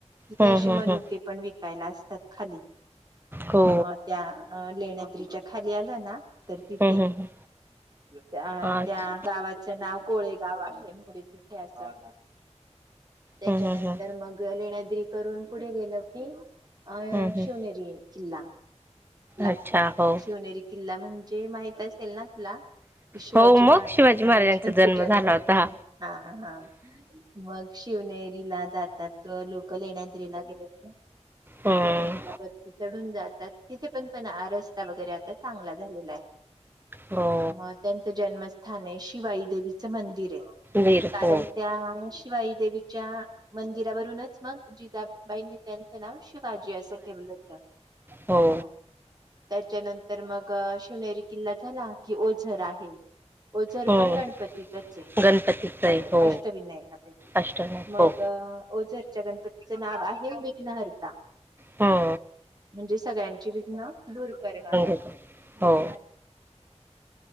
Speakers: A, on the right; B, on the right.
A: तिथे
B: हम्म
A: असे
B: हम्म
A: मनुकेपण
B: हम्म
A: विकायला असतात खाली.
B: हो
A: अ त्या लेण्याद्रीच्या खाली आलं ना तर
B: हम्म
A: तिथे,
B: हम्म हम्म
A: त्या
B: अच्छा.
A: त्या गावाचं नाव कोळेगाव आहे. ते म्हणजे तिथे असं त्याच्यानंतर
B: हम्म हम्म हम्म.
A: मग लेण्याद्री करून पुढे गेलं की अ
B: हं,
A: शिवनेरी
B: हं.
A: किल्ला लागतो.
B: अच्छा, हो.
A: शिवनेरी किल् ला म्हणजे माहित असेल ना तुला. शिवाजी
B: हो, मग
A: महाराजांचं
B: शिवाजी महाराजांचा जन्म
A: जन्मस्थान,
B: झाला होता.
A: हा हा मग शिवनेरी रीला जातात व लोक लेण्याद्रीला गेले की शिवनेरीला
B: हं.
A: वरती चढून जातात. तिथे पण तेन रस्ता वगैरे आता चांगला झालेला आहे.
B: हो.
A: मग त्यांचं जन्म स्थान आहे, शिवाई देवीचं मंदिर आहे.
B: वीर
A: कारण
B: हो.
A: त्या शिवाई देवीच्या मंदिरावरूनच, मग जिजबाईंनी त्यांचं नाव शि वाजी असं ठेवलं होतं.
B: हो.
A: ह त्याच्यानंतर मग शिवनेरी किल्ला झाला, की ओझर आहे. ओझरपण
B: हं.
A: गणपतीतच हाय.
B: गणपतीचं
A: गणपती
B: आहे. हो.
A: अष्टविनायकापैकी.
B: अष्टनाथ
A: मग
B: हो.
A: ओझर त्या गणपतीचं नाव आहे, विघ्नहर्ता.
B: हा.
A: म्हणजे सगळ्यांची विघ्न दूर करणारा
B: घेतो.
A: विघ्नहर्ता.
B: हो.